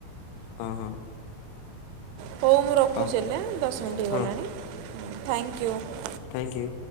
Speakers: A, on the left; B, on the right.
A: ହଁ ହଁ
B: ହଉ ମୁଁ ରଖୁଛି
A: ହଁ
B: ହେଲେ ଦଶ ମିନିଟ୍ ହେଇଗଲାଣି
A: ହଁ
B: ଥ୍ୟାଙ୍କୟୁ।
A: Thank you.